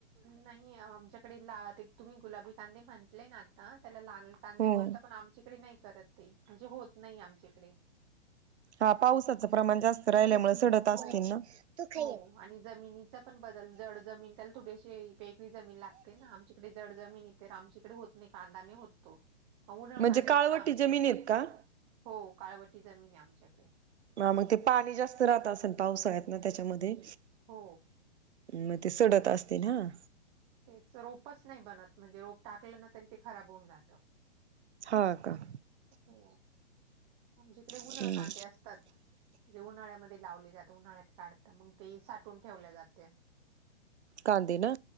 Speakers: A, on the right; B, on the right.
A: नाहीं आमच्यांकडे लां तुम्हीं गुलाबी कांदे म्हंटले नां आंता त्यांला लांल कांदे
B: हम्म
A: बोलतां पणं आमच्यांकडे नाहीं करतं ते म्हणजे होतं नाहीं आमच्यांकडे
B: हां पावसाचं प्रमाणं जास्तं राहिल्यांमुळे संडत असतील
A: हो
B: नां ते
A: हो आणि जमिनीचा पणं बंदल जड जमीन त्यांला थोडीशी वेगळी जमीन लागते नां आमच्यांकडे जड जमीन इथं तरं आमच्यांकडे होतं नाहीं कांदाने होतो. उन्हाळ्यात
B: म्हणजे
A: कांदे
B: काळवटी
A: असतं आमच्यांकडे
B: जमीन आहेत का
A: हो काळवटी जमीन आहे आमच्यांकडे.
B: हं मंग ते पाणी जास्तं राहतं असेल पावसाळ्यांत नां त्यांच्यामध्ये.
A: हो.
B: मंग ते संडत असतील हां.
A: तेचं रोपांची नाहीं बनतं म्हणजे रोपं टाकलं नां तरी ते खरांब होऊन जातं.
B: हां कां.
A: हो आमच्यांकडे
B: हम्म
A: उन्हांळी कांदे असतांत. ते उन्हाळ्यांमध्यें लावले जातं उन्हाळ्यांत काढतं मंग ते सांठून ठेवले जाते.
B: कांदे नां